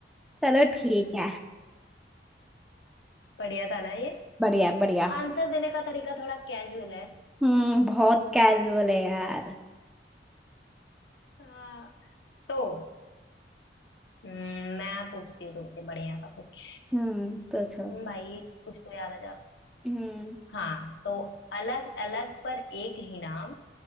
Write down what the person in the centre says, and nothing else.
चलो ठीक है
बढ़िया बढ़िया
हम्म बहुत कैजुअल है यार
हम्म तो छो
हम्म